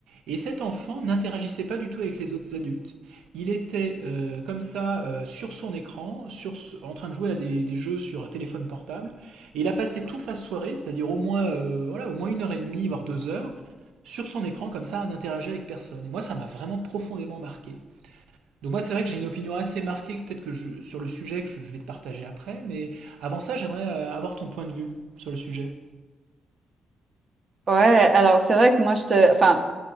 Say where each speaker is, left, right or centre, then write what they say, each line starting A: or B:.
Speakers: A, on the right; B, on the right.
A: et cet enfant n'interagissait pas du tout avec les autres adultes. Il était euh, comme ça euh, sur son écran, sur, en train de jouer à des, des jeux sur téléphone portable, et il a passé toute la soirée, c'est-à-dire au moins, euh, voilà, au moins une heure et demie, voire deux heures, sur son écran comme ça à n'interagir avec personne. Et moi, ça m'a vraiment profondément marqué. Donc moi, c'est vrai que j'ai une opinion assez marquée, peut-être que je, sur le sujet que je, je vais te partager après, mais avant ça, j'aimerais euh, avoir ton point de vue sur le sujet.
B: Ouais, alors c'est vrai que moi je te, enfin,